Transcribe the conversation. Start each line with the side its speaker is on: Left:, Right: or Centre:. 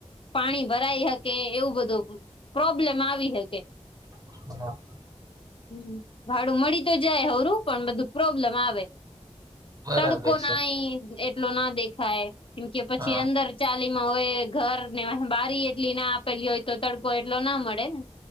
Left: પાણી ભરાય હક કે એવું બધું પ્રોબ્લેમ આવી હકે.
Right: <inaudible>
Left: હમ ભાડું મળી તો જાય હરું પણ બધું પ્રોબ્લેમ આવે‌.
Right: બરાબર
Left: તડકો નાઈ
Right: છે
Left: એટલો ના દેખાય કેમ કે પછી
Right: હા
Left: અંદર ચાલીમાં હોય ઘર ને બારી એટલી ના આપેલી હોય તો તડકો એટલો ના મળે ને.